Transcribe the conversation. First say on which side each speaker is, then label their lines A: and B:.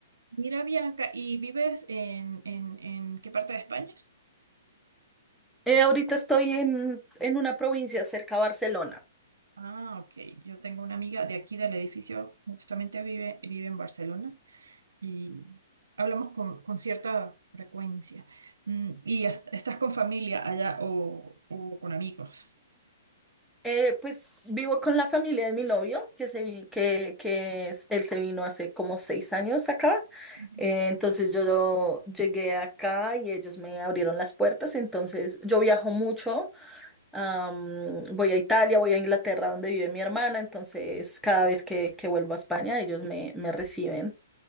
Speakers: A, on the right; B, in the centre.
A: Mira, Bianca, ¿y vives en, en, en qué parte de España?
B: Eh, ahorita estoy en, en una provincia cerca a Barcelona.
A: Ah, ok. Yo tengo una amiga de aquí del edificio, justamente vive, vive en Barcelona y hablamos con, con cierta frecuencia. Mm, ¿Y has- estás con familia allá o, o con amigos?
B: Eh, pues vivo con la familia de mi novio, que, se, vi- que, que es- él se vino hace como seis años acá.
A: Ujú.
B: Eh, entonces yo lo- llegué acá y ellos me abrieron las puertas. Entonces yo viajo mucho. am, voy a Italia, voy a Inglaterra, donde vive mi hermana. Entonces cada vez que, que vuelvo a España, ellos me, me reciben